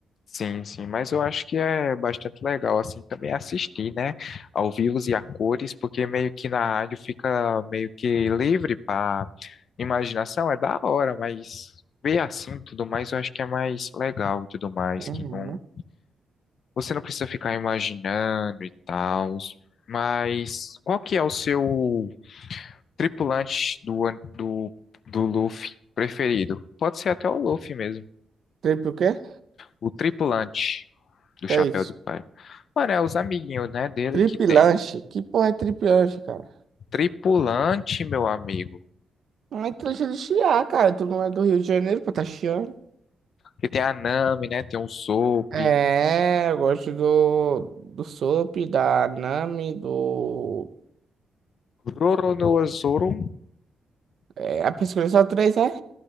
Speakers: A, on the left; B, on the right.
A: Sim, sim, mas eu acho que é bastante legal, assim, também assistir, né, ao vivo e a cores, porque meio que na rádio fica meio que livre para imaginação, é da hora, mas ver assim tudo mais eu acho que é mais legal e tudo mais,
B: Uhum.
A: que não, você não precisa ficar imaginando e tal, mas qual que é o seu tripulante do, an- do, do Luffy preferido? Pode ser até o Luffy mesmo,
B: Trip o quê?
A: o tripulante. do
B: Que
A: chapéu
B: é isso?
A: do pai. Mano, é os amiguinhos, né, dele
B: Trip
A: que tem.
B: lanche? Que porra é trip lanche, cara?
A: Tripulante, meu amigo.
B: Não é lanche é de chiar, cara. Tu não é do Rio de Janeiro pra tá chiando.
A: Que tem a Nami, né? Tem o Soap.
B: É, eu gosto do, do Soap, da Nami, do.
A: Roronoa Zoro.
B: É, a pessoa só três é